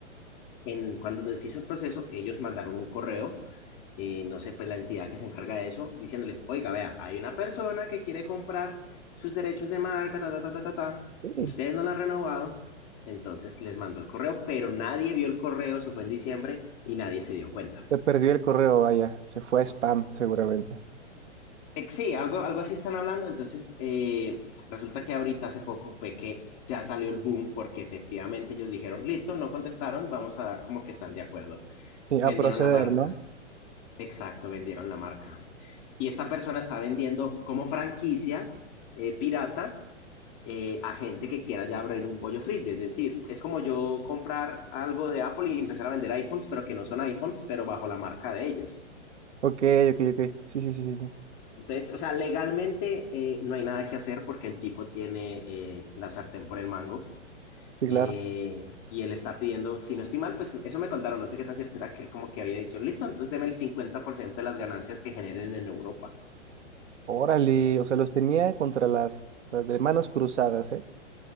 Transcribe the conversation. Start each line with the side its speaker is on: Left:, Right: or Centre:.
Left: en, cuando nos hizo el proceso, ellos mandaron un correo, eh, no sé, pues la entidad que se encarga de eso, diciéndoles, oiga, vea, hay una persona que quiere comprar sus derechos de marca, ta, ta, ta, ta, ta, ta.
Right: Sí.
Left: ustedes no la han renovado, entonces les mandó el correo, pero nadie vio el correo, eso fue en diciembre y nadie se dio cuenta.
Right: Se perdió el correo, vaya, se fue a spam seguramente.
Left: Eh, sí, algo, algo así están hablando, entonces eh, resulta que ahorita hace poco fue que ya salió el boom porque efectivamente ellos dijeron, listo, no contestaron, vamos a dar como que están de acuerdo.
Right: Sí,
Left: Vendieron
Right: a proceder,
Left: la marca,
Right: ¿no?
Left: Exacto, vendieron la marca. Y esta persona está vendiendo como franquicias eh, piratas eh, a gente que quiera ya abrir un pollo frisbee. Es decir, es como yo comprar algo de Apple y empezar a vender iPhones, pero que no son iPhones, pero bajo la marca de ellos.
Right: Ok, ok, ok, sí, sí, sí, sí, sí,
Left: Entonces, o sea, legalmente eh, no hay nada que hacer porque el tipo tiene eh, la sartén por el mango.
Right: Sí,
Left: eh,
Right: claro.
Left: y él está pidiendo, si no estoy mal, pues eso me contaron, no sé qué tan cierto será que él como que había dicho, listo, entonces deme el 50% de las ganancias que generen en Europa.
Right: Órale, o sea, los tenía contra las, las de manos cruzadas, ¿eh?